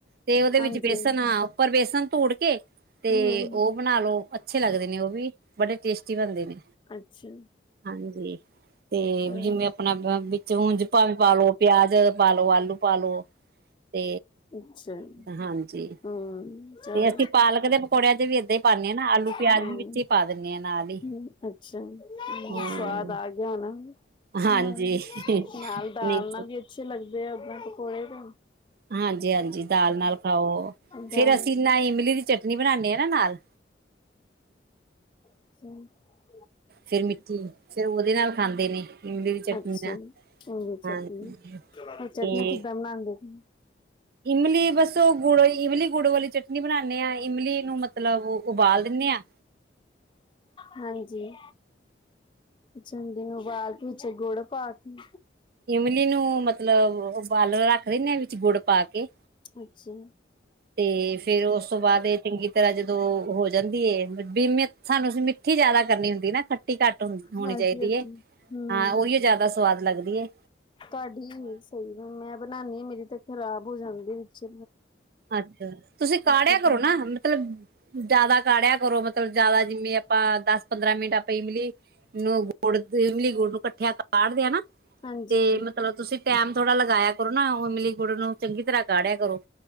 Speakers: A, on the right; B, on the left.
A: ਤੇ ਉਹਦੇ ਵਿੱਚ
B: ਹਾਂਜੀ
A: ਬੇਸਣ
B: ਹਾਂਜੀ
A: ਉੱਪਰ ਬੇਸਣ ਤੋੜ ਕੇ ਤੇ
B: ਹੂੰ
A: ਓ, ਬਣਾ ਲਓ ਅੱਛੇ ਲੱਗਦੇ ਨੇ ਉਹ ਵੀ ਬੜੇ ਟੇਸਟੀ ਬਣਦੇ ਨੇ।
B: ਅੱਛਾ,
A: ਹਾਂਜੀ ਤੇ
B: ਅ
A: ਜਿਵੇਂ ਆਪਣਾ ਵਿੱਚ ਉਂਜ ਪਾਵੇ ਪਾਲੋ ਪਿਆਜ ਪਾਲੋ ਆਲੂ ਪਾਲੋ ਤੇ
B: ਅੱਛਾ
A: ਹਾਂਜੀ,
B: ਹੂੰ ਚਲ
A: ਤੇ ਅਸੀਂ ਪਾਲਕ ਦੇ ਪਕੌੜਿਆਂ ਚ ਵੀ ਪਾਣੇ ਆ ਨਾ ਆਲੂ ਪਿਆਜ
B: ਹੂੰ
A: ਵੀ ਵਿੱਚ ਹੀ ਪਾ ਦਿੰਦੇ ਹਾਂ ਨਾਲ ਈ
B: ਹੂੰ ਅੱਛਾ ਹੂੰ
A: ਹਾਂ।
B: <unintelligible> ਦਾਲ
A: ਹਾਂਜੀ ਨਹੀਂ
B: ਨਾਲ ਵੀ ਅੱਛੇ ਲੱਗਦੇ ਆ ਆਲੂ ਪਕੌੜੇ ਦੇ।
A: ਹਾਂਜੀ ਹਾਂਜੀ, ਦਾਲ ਨਾਲ ਖਾਓ ਫੇਰ
B: ਦਾਲ
A: ਅਸੀਂ ਨਾ ਇਮਲੀ ਦੀ ਚਟਨੀ ਬਨਾਣੇ ਆ ਨਾ ਨਾਲ।
B: <inaudible>
A: ਫੇਰ ਮਿੱਠੀ ਫਿਰ ਉਹਦੇ ਨਾਲ ਖਾਂਦੇ ਨੇ। ਇਮਲੀ ਦੀ ਚਟਣੀ
B: ਅੱਛਾ
A: ਨਾਲ
B: ਚੰਗੀ ਚਟਨੀ
A: ਹਾਂ ਤੇ,
B: ਇਹ <unintelligible>
A: ਇਮਲੀ ਬਸ ਉਹ ਗੁੜ ਇਮਲੀ ਗੁੜ ਵਾਲੀ ਚਟਨੀ ਬਣਾਣੇ ਆ ਇਮਲੀ। ਨੂੰ ਮਤਲਬ ਉਬਾਲ ਦਿੰਦੇ ਆ।
B: ਹਾਂਜੀ, ਚੰਡੀ ਨੂੰ ਬਾਲਕ ਵਿੱਚ ਗੁੜ ਪਾ ਤੀ।
A: ਇਮਲੀ ਨੂੰ ਮਤਲਬ ਰੱਖ ਦੀਨੇ ਆ ਵਿੱਚ ਗੁੜ ਪਾ ਕੇ।
B: ਅੱਛਾ,
A: ਤੇ ਫੇਰ ਉਸ ਤੋਂ ਬਾਅਦ ਇਹ ਚੰਗੀ ਤਰ੍ਹਾਂ ਜਦੋਂ ਹੋ ਜਾਂਦੀ ਹੈ ਬੀਮਅਤ ਸਾਨੂੰ ਅਸੀਂ ਮਿੱਠੀ ਜਿਆਦਾ ਕਰਨੀ ਹੁੰਦੀ ਨਾ। ਟੀ ਘੱਟ ਹੋਣੀ
B: ਹਾਂਜੀ
A: ਚਾਹੀਦੀਐ
B: ਹਾਂਜੀ ਹੂੰ
A: ਹਾਂ ਉਹੀਓ ਜ਼ਿਆਦਾ ਸਵਾਦ ਲੱਗਦੀ ਐ।
B: ਤੁਹਾਡੀ ਸਹੀ ਮੈਂ ਬਣਾਣੀ ਆ ਮੇਰੀ ਤੇ ਖ਼ਰਾਬ ਹੋ ਜਾਂਦੀ ਵਿੱਚ।
A: ਅੱਛਾ ਤੁਸੀਂ ਕਾੜਿਆ
B: ਹਾਂਜੀ
A: ਕਰੋ ਨਾ ਮਤਲਬ ਜ਼ਿਆਦਾ ਕਾੜਿਆ ਕਰੋ ਮਤਲਬ ਜ਼ਿਆਦਾ ਜਿਵੇਂ ਆਪਾਂ ਦਸ ਪੰਦਰਾਂ ਮਿੰਟ ਆਪਾਂ ਇਮਿਲੀ ਨੂੰ ਗੁੜ ਇਮਲੀ ਗੁੜ ਨੂੰ ਕੱਠਿਆ ਕਾੜਦੇ ਆਂ ਨਾ।
B: ਹਾਂਜੀ
A: ਤੇ ਮਤਲਬ ਤੁਸੀਂ ਟੈਮ ਥੋੜ੍ਹਾ ਲਗਾਇਆ ਕਰੋ ਨਾ ਉਮਲੀ ਗੁੜ ਨੂੰ ਚੰਗੀ ਤਰ੍ਹਾਂ ਕਾਢਿਆ ਕਰੋ।